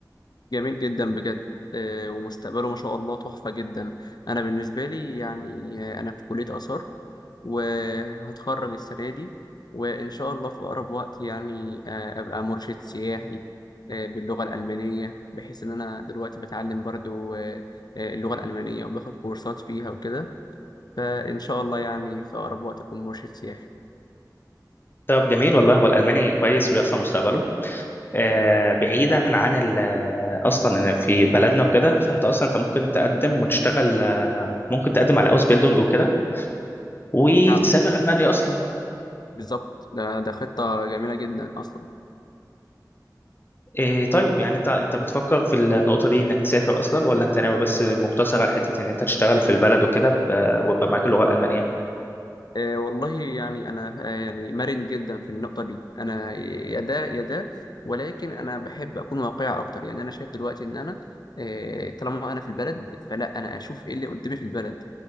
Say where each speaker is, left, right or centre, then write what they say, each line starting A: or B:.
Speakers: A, on the left; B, on the left.
A: جميل جدا بجد آه، ومستقبله ما شاء الله تحفة جدا أنا بالنسبة لي يعني آه، أنا في كلية آثار وهتخرج السنة دي وإن شاء الله في أقرب وقت يعني آه، أبقى مرشد سياحي آه، باللغة الألمانية بحيث إن أنا دلوقتي بتعلم برضو آه، آه، اللغة الألمانية وباخد كورسات فيها وكده فإن شاء الله يعني في أقرب وقت أكون مرشد سياحي
B: طب جميل والله والالماني كويس وليه اصلا مستقبله آه، بعيدا عن ال- آه، اصلا في بلدنا وكده فانت اصلا انت ممكن تقدم وتشتغل آه، ممكن تقدم على اوس بيلدونج وكده وتسافر
A: فعلا
B: المانيا اصلا
A: بالظبط ده ده خطة جميلة جدا أصلا
B: إيه طيب يعني انت انت بتفكر في النقطه دي انك تسافر اصلا ولا انت ناوي بس مقتصر على حته ان انت تشتغل في البلد وكده ب- ويبقى معاك اللغه الالمانيه
A: آه والله يعني انا آه يعني مرن جدا في النقطه دي انا يا ده يا ده ولكن انا بحب اكون واقعي اكتر يعني انا شايف دلوقتي ان انا آه طالما انا في البلد فلا انا اشوف ايه اللي قدامي في البلد